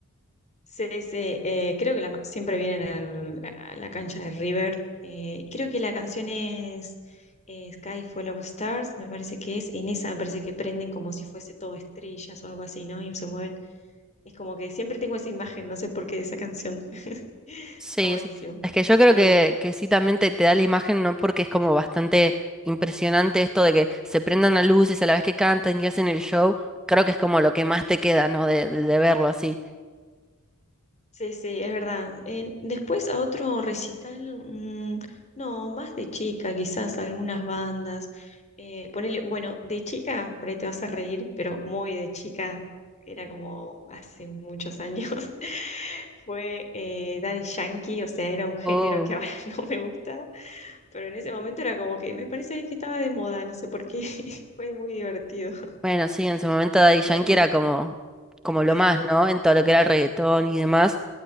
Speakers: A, on the left (about 30°); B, in the centre.
A: sí, sí, eh, creo que la- siempre vienen al- a la cancha de River. Eh, creo que la canción es eh, Sky Full of Stars, me parece que es. En esa me parece que prenden como si fuese todo estrellas o algo así, ¿no? Y se mueven. Es como que siempre tengo esa imagen, no sé por qué, de esa canción. <laughs>
B: Sí,
A: Está buenísimo.
B: sí. Es que yo
A: Espero
B: creo que,
A: ir.
B: que sí también te, te da la imagen, ¿no? Porque es como bastante impresionante esto de que se prendan las luces a la vez que cantan y hacen el show. Creo que es como lo que más te queda, ¿no? De, de, de verlo así.
A: Sí, sí, es verdad. En- después a otro recital, mm, no, más de chica, quizás algunas bandas. Eh, ponele, bueno, de chica, por ahí te vas a reír, pero muy de chica, que era como hace muchos años, <laughs> fue eh, Daddy Yankee, o sea, era un género
B: Uh,
A: que ahora <laughs> no me gusta, pero en ese momento era como que me parece que estaba de moda, no sé por qué, <laughs> fue muy divertido, <laughs>
B: bueno, sí, en su momento Daddy Yankee
A: me río.
B: era como, como lo
A: Eh,
B: más, ¿no? En todo lo que era el reggaetón y demás.